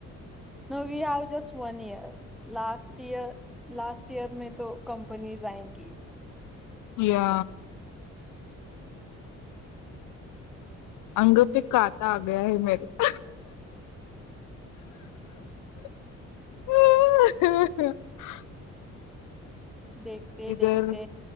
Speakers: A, in the centre; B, on the left (about 85°).
A: Now we have just one year last year last year मे तो कंपनीज आयंगी.
B: या अंग पे काता आग्या है मेरे <inaudible>
A: देखते
B: इधर
A: देखते